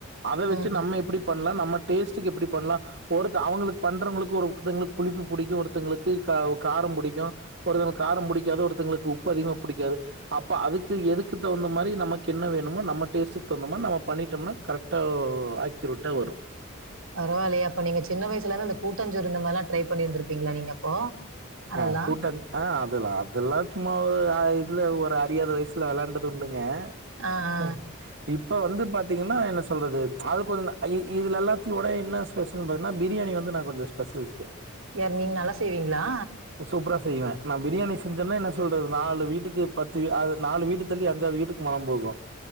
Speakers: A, on the right; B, on the right.
A: அத வெச்சு
B: ம்.
A: நம்ம எப்டி பண்லா நம்ம டேஸ்ட்டுக்கு எப்டி பண்ணலா ஒருத்த அவுங்களுக்கு பண்றவங்களுக்கு ஒருத்தங்களுக்கு புளிப்பு பிடிக்கு ஒருத்தங்களுக்கு காரோ காரோ புடிக்கு ஒருத்தங்களுக்கு காரோ புடிக். ஏதோ ஒருத்தங்களுக்கு உப்பு அதிகமா புடிக்காது அப்ப அதுக்கு எதுக்கு தகுந்த மாரி நமக்கு என்ன வேணுமோ நம்ம டேஸ்டுக்கு தகுந்த மாரி நம்ம பண்ணிடம்னா கரெட்டா ஒ அக்யூரெட்டா வரு
B: பரவாலியே அப்போ நீங்க சின்ன வயசுலனா இந்த கூட்டஞ்சோறு இந்த மாரிலா ட்ரை பண்ணிருந்திருப்பீங்களா நீங்க அப்போ. அதெல்லாம்.
A: ஆ கூட்டந்த ஆ தெர்லா அதெல்லா சும்மா இதுல ஒரு அறியாத வயஸ் இல்ல விளாண்டது உண்டுங்க
B: ஆ, ஆ.
A: இப் இப்போ வந்து பாத்தீங்கன்னா என்ன சொல்றது ப்ச் அது கொஞ்ச தா அய்யி இதுல எல்லாத்தி ஒட என்ன ஸ்பெஷல்ன்னு பாத்தீன்னா பிரியாணி வந்து நா கொஞ்சோ ஸ்பெஷலிஸ்டு.
B: யார் நீங்க நல்லா செய்வீங் லா
A: சூப்பரா செய்வே நா பிரியாணி செஞ்சேன்னா என்ன சொல்றது நாலு வீட்டுக்கு பத்து அது நாலு வீட்டு தள்ளி அஞ்சாவது வீட்டுக்கு மனம் போகும்.